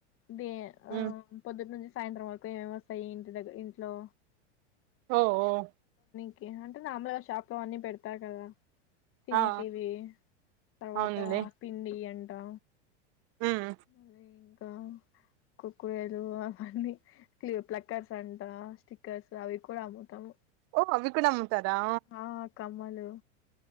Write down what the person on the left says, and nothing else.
దే ఆ
పొద్దున తీస్ సాయంత్రం వరకు ఏమేమి వస్తాయి ఇంటి దగ్గర ఇంట్లో
ఓకే అంటే మామూలుగా షాప్ లో అన్నీ పెడతారు కదా తినేటివి
తర్వాత
పిండి అంటా
మళ్ళీ ఇంకా కురుకురేలు అవన్నీ ప్లక్కర్స్ అంట స్టిక్కర్స్ అవి కూడా అమ్ముతాము
ఆ కమ్మలు